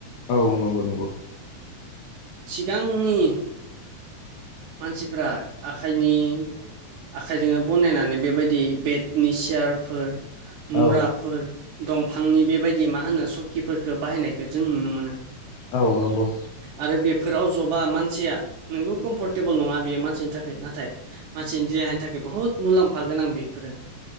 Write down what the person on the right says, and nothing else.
दा आंनि मानसिफ्रा आखाइनि आखाइजोंनो बनायनानै बेबायदि बेडनि सियारफोर मुरा
फोर दंफांनि बेबायदि मा होनो सकिफोरखौ बाहायनायखौ जों नुनो मोनो।
आरो बेफोराव जबा मानसिया नोंगौ कम्फर्टेबोल नङा बियो मानसिनि थाखाय नाथाय मानसिनि देहानि थाखाय बुहुत मुलाम्फा गोनांं बेफोरो।